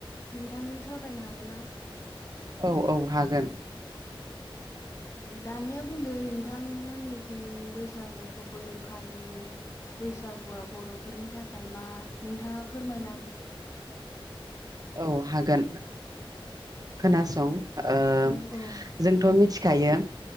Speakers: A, on the left; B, on the right.
A: नोंथांजों सावरायनो हागोन ना?
B: औ औ हागोन
A: दानिया बुंद नोंथांमोननिथिं बैसागुखौ बोरै फालियो बैसागुआ बर'फोरनि थाखाय मा नोंथाङा फोरमायनानै
B: औ हागोन खोनासं ओ
A: औ औ
B: जोंथ' मिथिखायो